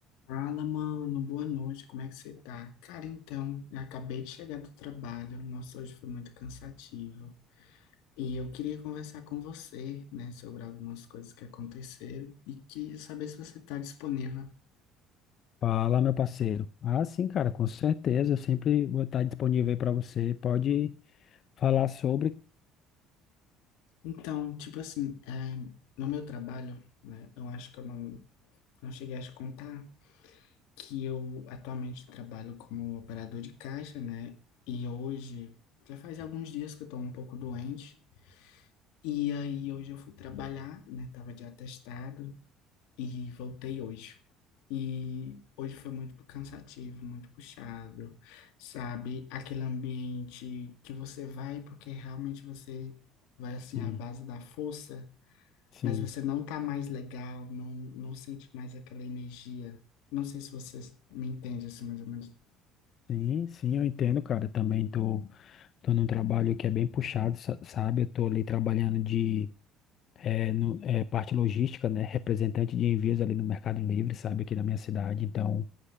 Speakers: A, on the left (about 80°); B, on the left (about 45°).
A: Fala, mano, boa noite, como é que você tá? Cara, então, eu acabei de chegar do trabalho, nossa, hoje foi muito cansativo. E eu queria conversar com você, né, sobre algumas coisas que aconteceram e queria saber se você tá disponível.
B: Fala, meu parceiro. Ah, sim, cara, com certeza. Eu sempre vou estar disponível aí para você. Pode falar sobre.
A: Então, tipo assim, é, no meu trabalho, né, eu acho que eu não, não cheguei a te contar que eu atualmente trabalho como operador de caixa, né, e hoje já faz alguns dias que eu tô um pouco doente. E aí hoje eu fui trabalhar, né? Tava de atestado e voltei hoje. E hoje foi muito cansativo, muito puxado, sabe? Aquele ambiente que você vai porque realmente você vai assim
B: Sim,
A: à base da força,
B: sim,
A: mas você não tá mais legal, não, não sente mais aquela energia. Não sei se você me entende assim mais ou menos.
B: sim, sim, eu entendo, cara. Eu também tô, tô num trabalho que é bem puxado, sa- sabe? Eu tô ali trabalhando de é, no- é, parte logística, né? Representante de envios ali no Mercado Livre, sabe? Aqui na minha cidade. Então.